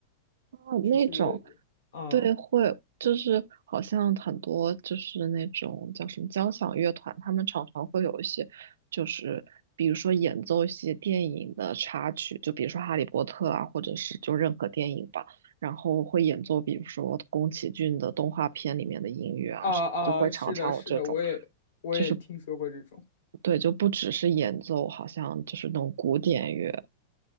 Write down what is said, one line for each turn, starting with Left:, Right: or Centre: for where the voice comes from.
Right: 哦，
Left: 就是
Right: 那种，
Left: 嗯
Right: 对，会就是好像很多就是那种叫什么交响乐团，他们常常会有一些，就是比如说演奏一些电影的插曲，就比如说《哈利波特》啊，或者是就任何电影吧，然后会演奏比如说宫崎骏的动画片里面的音乐啊什么，
Left: 啊啊，
Right: 就会常常有这种，
Left: 是的，是的，我也我也听说过这种。
Right: 就是对，就不只是演奏，好像就是那种古典乐，